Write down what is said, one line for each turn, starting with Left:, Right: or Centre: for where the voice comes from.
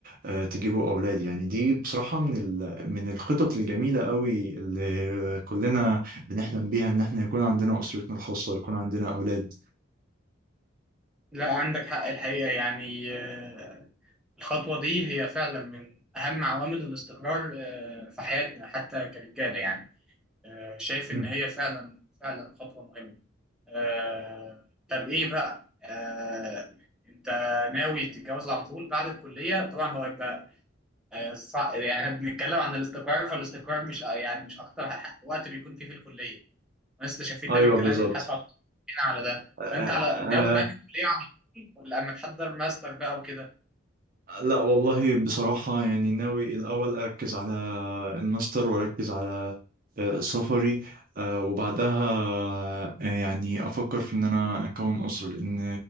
Right: آه، تجيبوا اولاد يعني دي بصراحه من ال- من الخطط الجميله قوي اللي كلنا بنحلم بيها ان احنا يكون عندنا اسرتنا الخاصه ويكون عندنا اولاد
Centre: لا عندك حق الحقيقة يعني آه، الخطوة دي هي فعلا من أهم عوامل الاستقرار آه، في حياتنا حتى كرجالة يعني آه، شايف
Right: مم.
Centre: إن هي فعلا فعلا خطوة مهمة آه، طب إيه بقى؟ آه، أنت ناوي تتجوز على طول بعد الكلية؟ طبعا هو يبقى آه، صع- يعني بنتكلم عن الاستقرار فالاستقرار مش يعني مش أكتر ح- وقت بيكون فيه في الكلية وأنا استشفيت
Right: ايوه
Centre: ده من كلامك
Right: بالظبط
Centre: حتى على على ده
Right: آه آه
Centre: فأنت على ناوي بعد الكلية على طول ولا أما تحضر ماستر بقى وكده؟
Right: لا والله بصراحه يعني ناوي الاول اركز على الماستر واركز على آه، سفري آه، وبعدها آه، يعني افكر في ان انا اكون اسره لان